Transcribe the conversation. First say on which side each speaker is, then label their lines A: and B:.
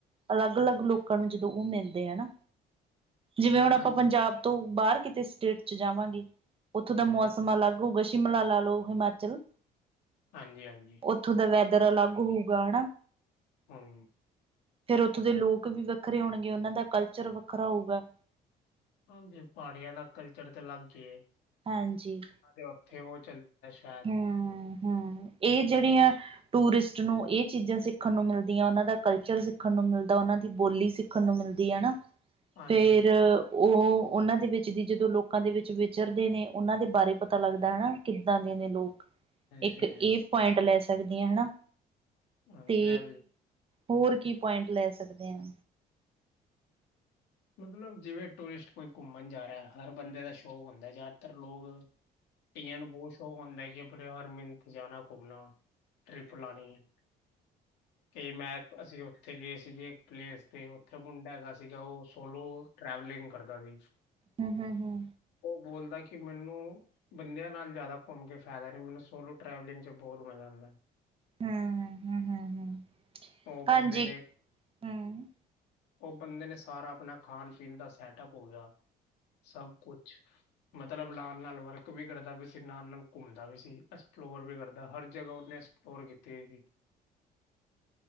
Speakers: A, on the right; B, on the left.
A: ਅਲੱਗ- ਅਲੱਗ ਲੋਕਾਂ ਨੂੰ ਜਦੋਂ ਉਹ ਮਿਲਦੇ ਆ ਨਾ। ਜਿਵੇਂ ਹੁਣ ਆਪਾਂ
B: ਹਾਂਜੀ
A: ਪੰਜਾਬ ਤੋਂ ਬਾਹਰ ਕਿਤੇ ਸਟੇਟ ਚ ਜਾਵਾਂਗੇ। ਉੱਥੋਂ ਦਾ
B: ਹਾਂਜੀ,
A: ਮੌਸਮ ਅਲੱਗ ਗੂਗਲ ਸ਼ਿਮਲਾ ਲਾ ਲਓ ਹਿਮਾਚਲ।
B: ਹਾਂਜੀ- ਹਾਂਜੀ।
A: ਉੱਥੋਂ ਦਾ ਵੈਦਰ ਅਲੱਗ ਹੋਊਗਾ ਹਨਾ।
B: ਹੂੰ।
A: ਫਿਰ ਉੱਥੋਂ ਦੇ ਲੋਕ ਵੀ ਵੱਖਰੇ ਹੋਣਗੇ। ਉਹਨਾਂ ਦਾ ਕਲਚਰ ਵੱਖਰਾ ਹੋਊਗਾ।
B: ਹਾਂਜੀ, ਪਹਾੜੀਆਂ ਦਾ ਕਲਚਰ ਤੇ ਅਲੱਗ ਈ ਏ।
A: ਹਾਂਜੀ।
B: ਹਾਂ ਤੇ ਉੱਥੇ ਉਹ ਚੱਲਿਆ ਸ਼ਾਇਦ
A: ਹੂੰ
B: <inaudible>
A: ਹੂੰ ਇਹ ਜਿਹੜੀਆਂ। ਟੂਰ ਐਸਟ ਨੂੰ ਇਹ ਚੀਜ਼ਾਂ ਸਿੱਖਣ ਨੂੰ ਮਿਲਦੀਆਂ। ਉਹਨਾਂ ਦਾ ਕਲਚਰ ਸਿੱਖਣ ਨੂੰ ਮਿਲਦਾ ਉਹਨਾਂ ਦੀ ਬੋਲੀ ਸਿਖਣ। ਦੇਖਣ ਨੂੰ ਮਿਲਦੀ ਹਨਾ,
B: ਹਾਂਜੀ-ਹਾਂਜੀ,
A: ਫੇਰ ਉਹ ਉਹਨਾਂ ਦੇ ਵਿੱਚ ਦੀ ਜਦੋਂ ਲੋਕਾਂ ਦੇ ਵਿੱਚ ਵਿਚਰਦੇ ਨੇ ਉਹਨਾਂ ਦੇ ਬਾਰੇ ਪਤਾ ਲੱਗਦਾ ਹਨਾ ਕਿੱਦਾਂ ਦੇ ਨੇ। ਲੋਕ
B: ਹਾਂਜੀ
A: ਇੱਕ ਇਹ
B: ਹਾਂਜੀ
A: ਪੁਆਇੰਟ ਲੈ ਸਕਦੇ ਆ ਹਨਾ।
B: ਹਾਂਜੀ
A: ਤੇ
B: ਇਹ ਵੀ
A: ਹੋਰ ਕੀ ਪੁਆਇੰਟ ਲੈ ਸਕਦੇ ਆਂ।
B: ਮਤਲਬ ਜਿਵੇਂ ਟੂਰਿਸਟ ਕੋਈ ਘੁੰਮਣ ਜਾ ਰਿਹਾ। ਹਰ ਬੰਦੇ ਦਾ ਸ਼ੌਕ ਹੁੰਦਾ ਜ਼ਿਆਦਾਤਰ ਲੋਕ ਕਈਆਂ ਨੂੰ ਬਹੁਤ ਸ਼ੌਕ ਹੁੰਂਦਾ ਕਿ ਆਪਣੇ ਹਰ ਮਿੰਨਤ ਜਾਣਾ ਘੁੰਮਣਾ। ਟ੍ਰਿਪ ਲਾਉਣੀ, ਕਈ ਮੈਂ ਅਸੀ ਉੱਥੇ। ਉਥੇ ਗਏ ਸੀਗੇ ਇੱਕ ਪਲੇਸ ਤੇ ਉੱਥੇ ਮੁੰਡਾ ਹੈਗਾ ਸੀ। ਉਹ ਸੋਲੋ ਟਰੈਵਲਿੰਗ ਕਰਦਾ ਸੀ।
A: ਹੂੰ -ਹੂੰ -ਹੂੰ
B: ਉਹ ਬੋਲਦਾ ਕਿ ਮੈਨੂੰ ਬੰਦਿਆਂ ਨਾਲ ਜ਼ਿਆਦਾ ਘੁੰਮ ਕੇ ਫਾਇਦਾ ਨੀ, ਮੈਨੂੰ ਸੋਲੋ-ਟਰੈਵਲਿੰਗ 'ਚ' ਬਹੁਤ ਮਜ਼ਾ ਆਂਦਾ। <inaudible>
A: ਹੂੰ ਹੂੰ ਹੂੰ ਹੂੰ
B: ਉਹ ਬੰਦੇ
A: ਹਾਂਜੀ
B: ਨੇ
A: ਹੂੰ
B: ਉਹ ਬੰਦੇ ਨੇ ਸਾਰਾ ਆਪਣਾ ਖਾਣ-ਪੀਣ ਦਾ ਸੈਟਅਪ ਹੋ ਗਿਆ। ਸਭ ਕੁਛ। ਮਤਲਬ, ਨਾਲ-ਨਾਲ ਵਰਕ ਵੀ ਕਰਦਾ ਪਿਆ ਵੀ ਸੀ, ਨਾਲ-ਨਾਲ ਘੁੰਮਦਾ ਵੀ ਸੀ, ਐਕਸਪਲੋਰ ਵੀ ਕਰਦਾ। ਹਰ ਜਗ੍ਹਾ ਉਹਨੇ ਔਰ ਕਿੱਥੇ ਇਹ ਸੀ।